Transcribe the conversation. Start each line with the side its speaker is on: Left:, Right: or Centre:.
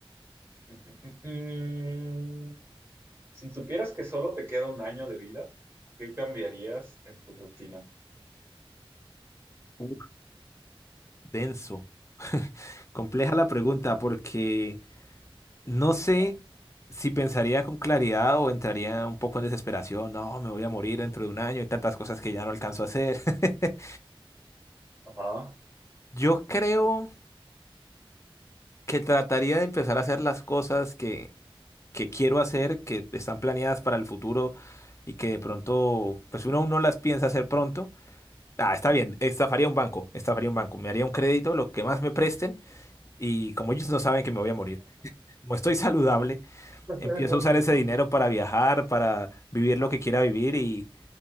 Right: <laughs> mm, mm, mm. Si supieras que solo te queda un año de vida, ¿qué cambiarías en tu rutina?
Left: Uf, denso. Compleja la pregunta porque No sé
Right: Ah,
Left: si pensaría con claridad o entraría un poco en desesperación. No, me voy a morir dentro de un año y tantas cosas que ya no alcanzo a hacer. <laughs>
Right: Ajá.
Left: Yo creo que trataría de empezar a hacer las cosas que, que quiero hacer, que están planeadas para el futuro y que de pronto, pues uno aún no las piensa hacer pronto. Ah, está bien, estafaría un banco, estafaría un banco, me haría un crédito, lo que más me presten y como ellos no saben que me voy a morir, como estoy saludable.
Right: <laughs>
Left: Empiezo a usar ese dinero para viajar, para vivir lo que quiera vivir y,